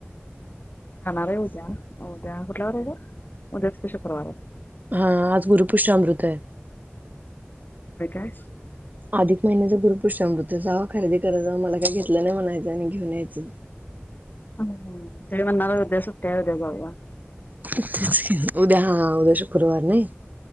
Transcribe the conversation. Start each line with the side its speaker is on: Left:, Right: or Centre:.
Left: राणारय होत्या उद्या कुठला वारे ग उद्याच त शुक्रवारे.
Right: हा आज गुरुपुष्य अमृते.
Left: कायस.
Right: अधिक महिन्याचा गुरुपृष्ठामृत जावा खरेदी करायला जावा मला काही घेतलं नाही म्हणायचं आणि घेऊन यायचं.
Left: ह ह ते म्हणणारच होते उद्या सुट्टी उद्या जाऊ बा.
Right: <inaudible> उद्या हा उद्या शुक्रवार नाही.